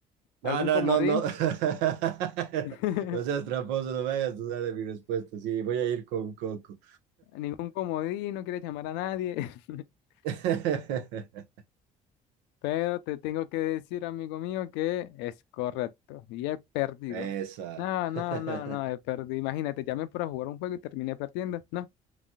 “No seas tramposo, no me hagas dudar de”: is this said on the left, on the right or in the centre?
Right